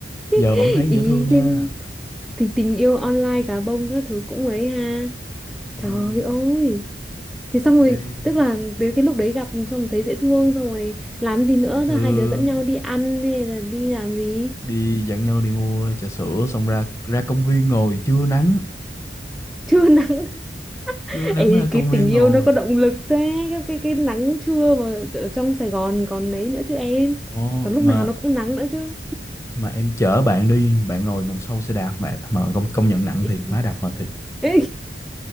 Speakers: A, on the left; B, in the centre.
A: giờ
B: <laughs>
A: vẫn thấy dễ
B: ý
A: thương nha
B: thế thì tình yêu online gà bông các thứ cũng ấy ha
A: Ừm,
B: trời ơi thế xong rồi
A: đi
B: tức là đến cái lúc đấy gặp xong rồi thấy dễ thương xong rồi làm gì nữa
A: dễ thương
B: thôi hai đứa dẫn nhau đi ăn hay là đi làm gì
A: đi dẫn nhau đi mua trà sữa xong ra ra công viên ngồi trưa nắng
B: trưa nắng <laughs>
A: trưa nắng
B: ấy
A: ra công
B: cái
A: viên
B: tình yêu
A: ngồi
B: nó có động lực thế cái cái cái nắng trưa mà ở trong Sài Gòn còn đấy nữa chứ em
A: Ồ,
B: còn lúc
A: mà
B: nào nó cũng nắng nữa chứ
A: mà em chở bạn đi bạn ngồi đằng sau xe đạp mà mà công công nhận nặng
B: <laughs>
A: thiệt má
B: Ý.
A: đạp mệt thiệt
B: Ê.